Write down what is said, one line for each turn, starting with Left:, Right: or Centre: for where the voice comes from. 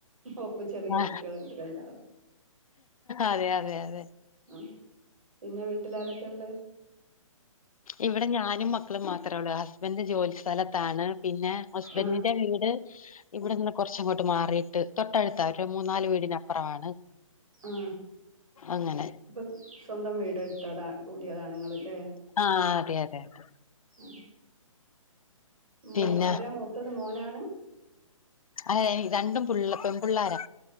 Right: ഓക്കും ചെറിയ
Left: ആ
Right: കുട്ടികളുണ്ട് രണ്ടാള്
Left: അതെ അതെ അതെ
Right: ഉം പിന്നെ വീട്ടിലാരൊക്കെയാള്ള?
Left: ഇവിടെ ഞാനും മക്കളും മാത്രമേ ഉള്ളൂ ഹസ്ബൻ്റ് ജോലി സ്ഥലത്താണ് പിന്നെ ഹസ്ബൻഡിന്റെ
Right: ആഹ്
Left: വീട്- ഇവിടെന്ന് കുറച്ചങ്ങോട്ട് മാറിയിട്ട് തൊട്ടടുത്ത അവര്ടെ മൂന്നാല് വീടിനപ്പുറമാണ്.
Right: ആഹ്
Left: അങ്ങനെ
Right: അപ്പൊ സ്വന്തം വീടെടുത്തതാ കൂടിയതാണിങ്ങളില്ലേ?
Left: ആഹ് അതെ അതെ അതെ
Right: ഉം. മ്
Left: പിന്നെ
Right: ആരാ മൂത്തത് മോനാണ്?
Left: ഏയ് രണ്ടും പു പെൺപുള്ളാരാ